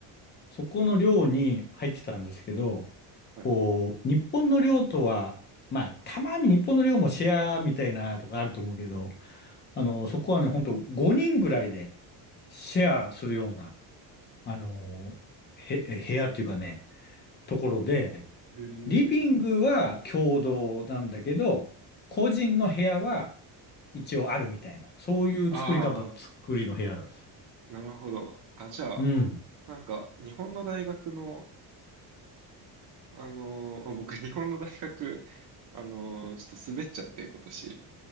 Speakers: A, on the left (about 25°); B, on the right (about 45°).
A: そこの寮に入ってたんですけど、
B: はい。
A: こう、日本の寮とは、まあ、たまに日本の寮もシェアみたいなとかあると思うけど、あの、そこはね、ほんと5人ぐらいでシェアするような、あの、へ、部屋っていうかね、ところで、
B: えー、
A: リビングは共同なんだけど、個人の部屋は一応あるみたいな、そういう作り方、
B: あ
A: 作りの部屋だった。
B: あ、なるほど。あ、じゃあ、
A: うん。
B: なんか、日本の大学の、あのー、僕、日本の大学、あのー、ちょっと滑っちゃって、今年。